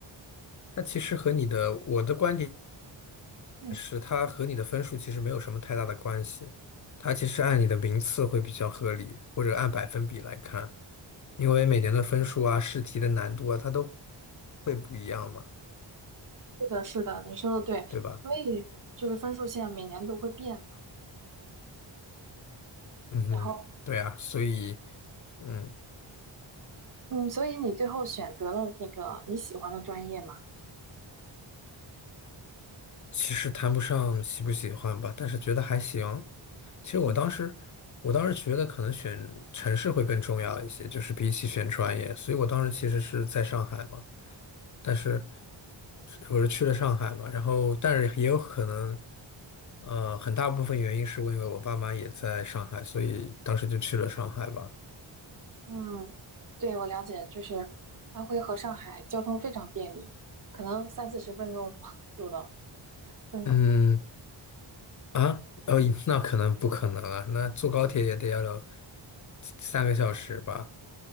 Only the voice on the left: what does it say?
那其实和你的，我的观点
是，它和你的分数其实没有什么太大的关系，它其实按你的名次会比较合理，或者按百分比来看，因为每年的分数啊、试题的难度啊，它都会不一样嘛，
对吧？
嗯哼，
对啊，所以，嗯，
其实谈不上喜不喜欢吧，但是觉得还行。其实我当时，
我当时觉得可能选城市会更重要一些，就是比起选专业。所以我当时其实是在上海嘛，但是我是去了上海嘛，然后但是也有可能，呃，很大部分原因是因为我爸妈也在上海，所以当时就去了上海吧。
嗯啊，哦，那可能不可能啊，那坐高铁也得要了三个小时吧。